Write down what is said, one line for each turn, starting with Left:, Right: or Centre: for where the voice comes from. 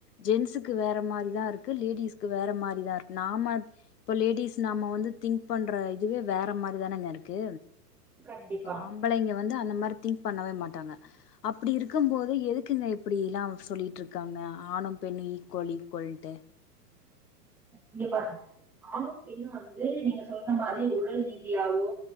Left: ஜென்ஸ்க்கு வேற மாரி தா இருக்கு லேடிஸ்க்கு வேற மாரி தா இருக்கு நாம இப்போ லேடிஸ் நாம வந்து திங்க் பண்ற இதுவே வேற மாரிதானங்க இருக்கு
Centre: கண்டிப்பா
Left: ஆம் பொம்பளைங்க வந்து அந்த மாரி திங் பண்ணவே மாட்டாங்க அப்டி இருக்கு போது எதுக்குங்க இப்டில்லா சொல்லிட்டு இருக்காங்க ஆணு பெண்ணு ஈக்குவோல் ஈக்குவோல்ட்டு
Centre: இங்க பாருங்க ஆணு பெண்ணு வந்து நீங்க சொல்ற மாரி உடல் நீதியாவோ